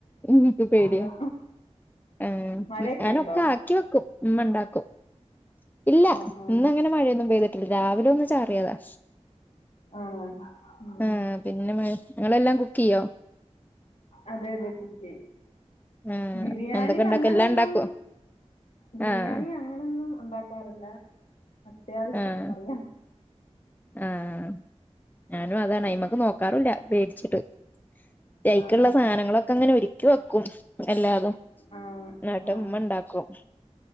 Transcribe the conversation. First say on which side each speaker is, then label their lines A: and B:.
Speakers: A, on the left (about 15°); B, on the left (about 65°).
A: എന്ക്ക് പേടിയ
B: അതാ
A: ആഹ്
B: മഴയൊക്കെ
A: ഞാനൊക്കെ
B: ഉണ്ടോ
A: ആക്കി വെക്കും ഇമ്മ ഇണ്ടാക്കും. ഇല്ല
B: ആഹ് ആഹ്
A: ഇന്ന് അങ്ങനെ മഴയൊന്നും പെയ്തിട്ട് ല്ല രാവിലെ ഒന്ന് ചാറിയെതാ
B: ആണോ? ഉം
A: ആഹ് പിന്നെ മഴ ഇങ്ങളെല്ലാം കുക്ക് ചെയ്യോ?
B: അതെ അതെ കുക്കെയ്യും
A: ആഹ്
B: ബിരിയാണി
A: എന്തൊക്കെ ഇണ്ടാക്കും
B: അങ്ങനൊന്നും
A: എല്ലാം ഇണ്ടാക്കോ
B: ബിരിയാണി
A: ആഹ്
B: അങ്ങ നെന്നും ഒണ്ടാക്കാറില്ല അത്യാവിശ്യം
A: ആഹ്
B: അറിയാം
A: ആഹ് ഞാനും അതാണ് ഐമക്ക് നോക്കാറുല്ല പേടിച്ചിട്ട് പക്ഷേ അയ്ക്ക്ള്ള
B: ആഹ് ആഹ്
A: സാധനങ്ങളൊക്കെ ഇങ്ങനെ ഒരുക്കി വെക്കും എല്ലാതും
B: ആഹ്
A: ഇന്നെട്ട്
B: ആഹ്
A: ഇമ്മണ്ടാക്കും